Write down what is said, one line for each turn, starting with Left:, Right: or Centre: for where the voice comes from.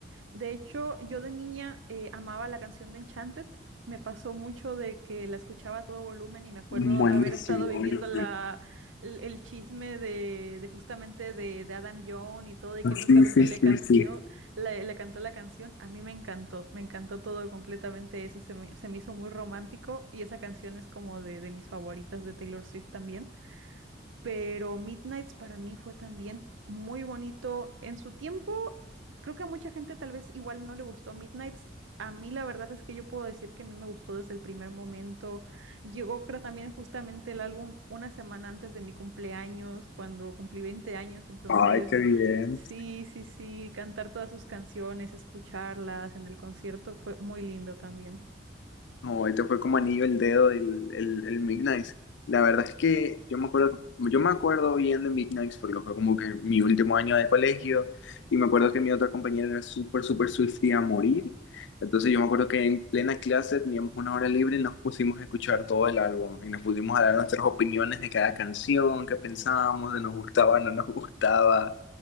Right: De hecho, yo de niña eh, amaba la canción de Enchanted. Me pasó mucho de que la escuchaba a todo volumen y me acuerdo
Left: Buenísimo,
Right: haber estado viviendo
Left: buenísimo.
Right: la, el, el chisme de, de justamente de, de Adam Young y todo y que justamente
Left: Sí, sí,
Right: le,
Left: sí,
Right: canció,
Left: sí.
Right: le, le cantó la canción. A mí me encantó, me encantó todo completamente eso. Se me, se me hizo muy romántico y esa canción es como de, de mis favoritas de Taylor Swift también pero Midnights para mí fue también muy bonito en su tiempo. Creo que a mucha gente tal vez igual no le gustó Midnights. A mí la verdad es que yo puedo decir que a mí me gustó desde el primer momento. Llegó creo también justamente el álbum una semana antes de mi cumpleaños, cuando cumplí 20 años. Entonces,
Left: Ay, qué bien.
Right: sí, sí, sí, cantar todas sus canciones, escucharlas en el concierto fue muy lindo también.
Left: No, este fue como anillo el dedo el, el, el Midnight. La verdad es que yo me acuerdo, yo me acuerdo bien de Midnight porque fue como que mi último año de colegio y me acuerdo que mi otra compañera era súper, súper Swiftie a morir. Entonces yo me acuerdo que en plena clase teníamos una hora libre y nos pusimos a escuchar todo el álbum y nos pusimos a dar nuestras opiniones de cada canción, qué pensábamos, de nos gustaba, no nos gustaba.